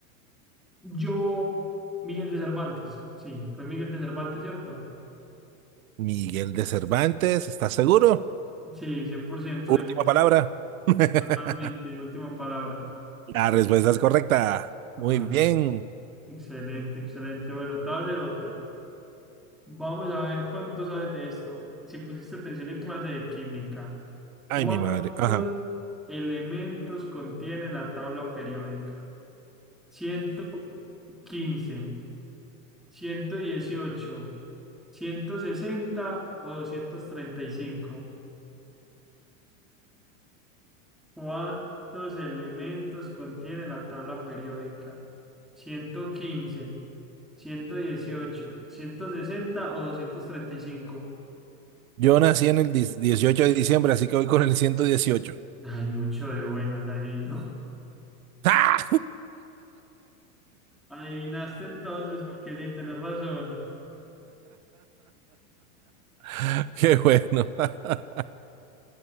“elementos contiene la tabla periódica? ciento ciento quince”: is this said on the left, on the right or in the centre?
Centre